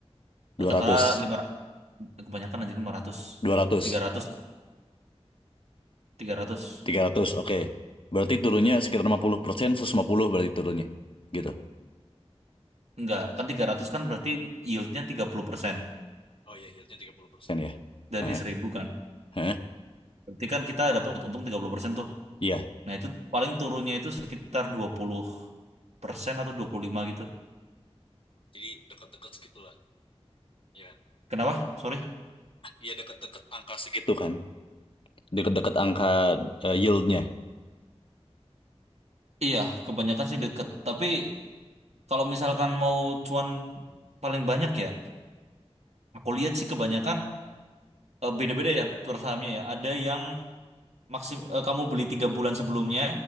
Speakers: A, on the left; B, on the right.
A: dua
B: katakanlah
A: ratus
B: 500 kebanyakan anjir lima ratus
A: dua ratus
B: tiga ratus. tiga ratus
A: 300, oke. Berarti turunnya sekitar 50%, 150 berarti turunnya. Gitu.
B: Enggak, kan 300 kan berarti yieldnya 30%
A: Oh iya, yieldnya 30% ya.
B: dari
A: Heeh.
B: 1000 kan.
A: Heeh.
B: Berarti kan kita dapat untung 30% tuh.
A: Iya.
B: Nah itu paling turunnya itu sekitar dua puluh persen atau 25 gitu.
A: Jadi dekat-dekat segitulah. Ya. kan?
B: Kenapa? Sorry.
A: Iya dekat-dekat angka segitu kan. Dekat-dekat angka eh, yieldnya.
B: Iya, kebanyakan sih deket. Tapi kalau misalkan mau cuan paling banyak ya, aku lihat sih kebanyakan eh, beda-beda ya per sahamnya ya. Ada yang maksim eh, kamu beli tiga bulan sebelumnya,